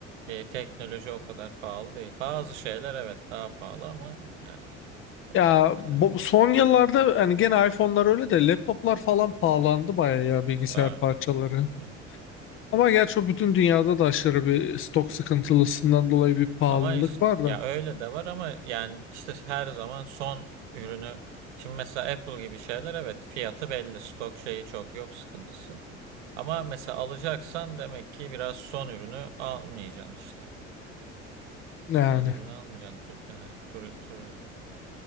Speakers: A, on the right (about 70°); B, on the left (about 35°).
A: e, teknoloji o kadar pahalı değil. Bazı şeyler evet daha pahalı ama yani öyle
B: Ya
A: o kadar
B: bu,
A: değil.
B: son yıllarda hani gene iPhone'lar öyle de laptoplar falan pahalandı bayağı ya bilgisayar
A: Ha,
B: parçaları.
A: evet.
B: Ama gerçi o bütün dünyada da aşırı bir stok sıkıntılısından dolayı bir pahalılık
A: Ama işte
B: var
A: ya
B: da.
A: öyle de var ama yani işte her zaman son ürünü şimdi mesela Apple gibi şeyler evet fiyatı belli stok şeyi çok yok sıkıntısı. Ama mesela alacaksan demek ki biraz son ürünü almayacaksın işte.
B: Yani
A: Son ürünü almayacaksın. Tu, yani, tur, tur,